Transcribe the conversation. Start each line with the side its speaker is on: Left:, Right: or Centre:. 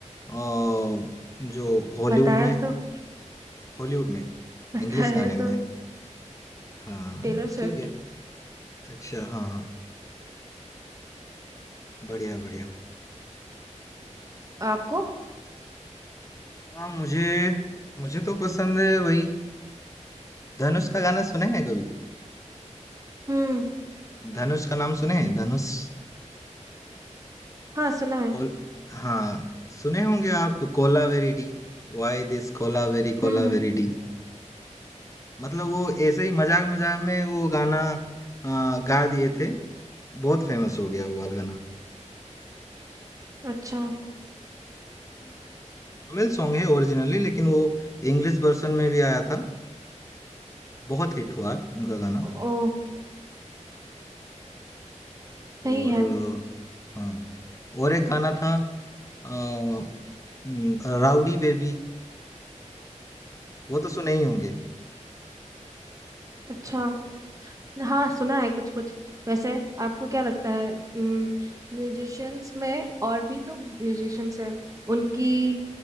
Left: आ, जो हॉलीवुड
Right: बताया
Left: में
Right: तो <laughs>
Left: हॉलीवुड में
Right: बताया
Left: इंग्लिश गाने में
Right: तो
Left: हाँ
Right: टेलर स्विफ्ट
Left: ठीक है अच्छा हाँ हाँ बढ़िया बढ़िया
Right: आपको
Left: हाँ मुझे मुझे तो पसंद है वही धनुष का गाना सुने हैं कभी
Right: हम्म
Left: धनुष का नाम सुने हैं धनुष
Right: हाँ सुना है
Left: कोल हाँ सुने होंगे आप कोलावेरी वाई दिस कोलावेरी
Right: हम्म
Left: कोलावेरी
Right: हम्म
Left: मतलब वो ऐसे ही मजाक मजाक में वो गाना आ, गा दिए थे बहुत फेमस हो गया वो वाला गाना
Right: अच्छा
Left: हाँ तमिल सॉन्ग है ओरिजिनली लेकिन वो इंग्लिश वर्जन में भी आया था बहुत हिट हुआ है उनका गाना
Right: ओ
Left: और
Right: सही है
Left: अ, हाँ और एक गाना था अ, हम्म, राउडी बेबी वो तो सुने ही होंगे
Right: अच्छा हाँ सुना है कुछ कुछ वैसे आपको क्या लगता है म्यूजिशियंस में और भी तो म्यूजिशियंस हैं उनकी